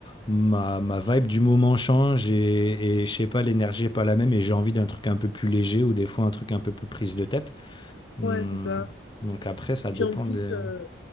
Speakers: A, on the left; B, on the left.
A: ma, ma vibe du moment change et, et je sais pas, l'énergie est pas la même et j'ai envie d'un truc un peu plus léger ou des fois un truc un peu plus prise de tête. Hmm.
B: ouais, c'est ça.
A: Donc après, ça dépend
B: Puis en plus,
A: des...
B: heu